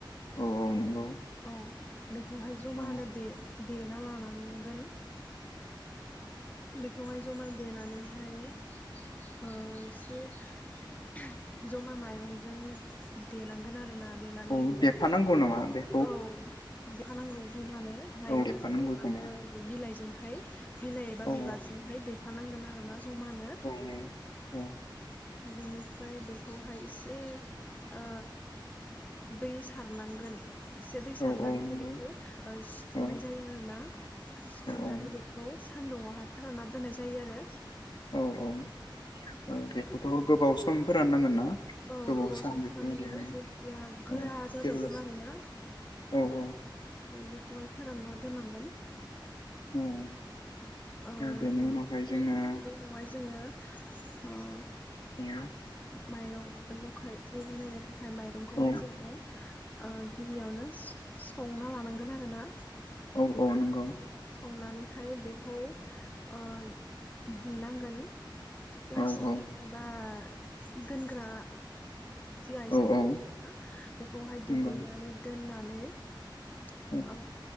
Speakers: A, on the left; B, on the left.
A: औ औ नंगौ
B: औ बेखौहाय जमानो
A: औ
B: दे देना लानांगोन बेखौहाय जमा देनानैहाय अ एसे उह जमा माइरंजों देनांगोन आरोना देनानै
A: औ
B: इखो
A: देफानांगौ नामा बे
B: औ देफानांगौ जमानो माइरंजों
A: औ देफानांगौ
B: आरो
A: खोमा
B: बिलाइजोंहाय बिलाइ एबा
A: औ
B: बिबारजोंहाय दै देफानांगोन आरोना जमानो
A: औ औ
B: बिनिफ्राय बेखौहाय एसे ओ दै सारनांगोन एसे दै सारनानैहाय
A: औ औ नंगौ
B: बेखौ सिथुमनाय
A: औ
B: जायो आरोना सिथुमनानै
A: औ
B: बेखौ सान्दुंङआवहाय फोरानना दोननाय जायो आरो
A: औ औ औ बेखौ'थ' गोबाव सम फोरान नांगोन ना?
B: औ गोबाव
A: सान
B: सम
A: बेफोरबायदिहाय
B: फोरान नांगोन जेथिया गोरा
A: औ
B: जाजासिम
A: जेब्लासो
B: आरोना
A: औ औ
B: औ बेखौहाय फोरानना दोननांगोन
A: औ
B: ओ
A: बेनि
B: बिनिफ्राय
A: उनावहाय जोङो
B: बिनि उनावहाय जोङो ओ
A: औ
B: माइरं जखा जौगानायनो थाखाय माइरंखौहाय
A: औ
B: जोङो ओ गिबियावनो संना लानांगोन आरोना
A: औ औ नंगौ
B: संनानैहाय बेखौ ओ दिहुननांगोन प्लास्टिक
A: औ औ
B: एबा दोनग्रा जि आइजेंखौ
A: औ औ
B: ना बेखौहाय
A: नंगौ
B: दिहुननानै दोननानै <unintelligible>
A: औ
B: ओ